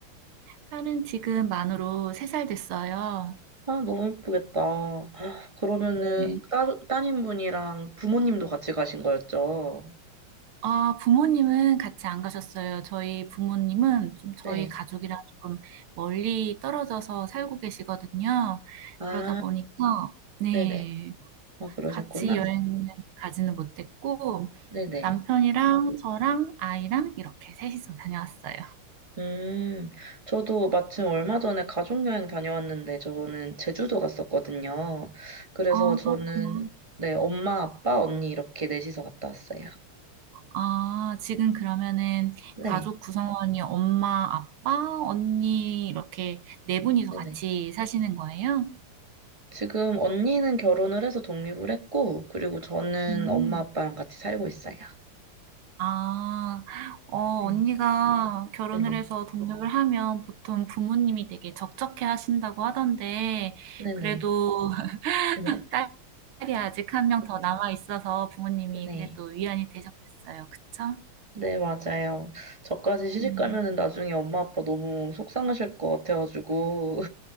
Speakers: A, on the right; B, on the right.
A: 딸은 지금 만으로 3살 됐어요.
B: 아, 너무 예쁘겠다. 아, 그러면은,
A: 네.
B: 따, 따님분이랑 부모님도 같이 가신 거였죠?
A: 아, 부모님은 같이 안 가셨어요. 저희 부모님은 좀 저희
B: 네.
A: 가족이랑 조금 멀리 떨어져서 살고 계시거든요.
B: 아,
A: 그러다 보니까, 네.
B: 네네. 아, 그러셨구나.
A: 같이 여행을 가지는 못했고,
B: 네네.
A: 남편이랑 저랑 아이랑 이렇게 셋이서 다녀왔어요.
B: 음, 저도 마침 얼마 전에 가족여행 다녀왔는데, 저는 제주도 갔었거든요. 그래서
A: 아,
B: 저는,
A: 그렇구나.
B: 네, 엄마, 아빠, 언니 이렇게 넷이서 갔다 왔어요.
A: 아, 지금 그러면은
B: 네,
A: 가족 구성원이 엄마, 아빠, 언니 이렇게 네 분이서
B: 네네.
A: 같이 사시는 거예요?
B: 지금 언니는 결혼을 해서 독립을 했고, 그리고 저는
A: 음.
B: 엄마, 아빠랑 같이 살고 있어요.
A: 아, 어,
B: 네,
A: 언니가 결혼을
B: 네네.
A: 해서 독립을 하면 보통 부모님이 되게 적적해 하신다고 하던데,
B: 네네.
A: 그래도 <laughs>
B: 네,
A: 딸 딸이 아직 한 명 더 남아 있어서 부모님이
B: 네네.
A: 그래도 위안이 되셨겠어요. 그쵸?
B: 네, 맞아요. 저까지 시집
A: 네.
B: 가면은 나중에 엄마, 아빠 너무 속상하실 것 같아가지고.